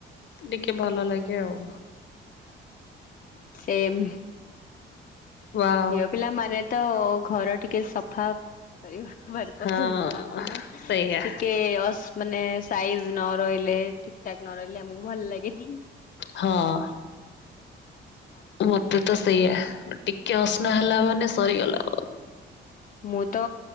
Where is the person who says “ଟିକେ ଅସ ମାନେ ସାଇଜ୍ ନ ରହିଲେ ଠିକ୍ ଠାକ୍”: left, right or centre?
Left